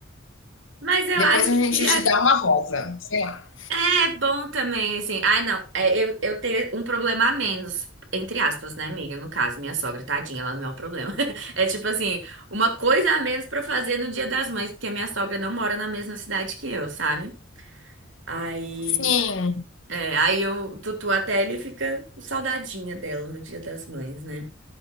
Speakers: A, on the right (about 70°); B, on the left (about 85°).
A: Mas eu acho
B: Depois a gente
A: que é
B: te dá uma rosa, sei lá.
A: É bom também, assim. Ah, não. é, eu, eu tenho um problema a menos, entre aspas, né, amiga? No caso, minha sogra, tadinha, ela não é o problema. <laughs> É tipo assim, uma coisa a menos pra fazer no Dia das Mães, porque a minha sogra não mora na mesma cidade que eu, sabe? Aí.
B: Sim,
A: É, aí eu- o Tutu até ele fica com saudadinha dela no Dia das Mães, né?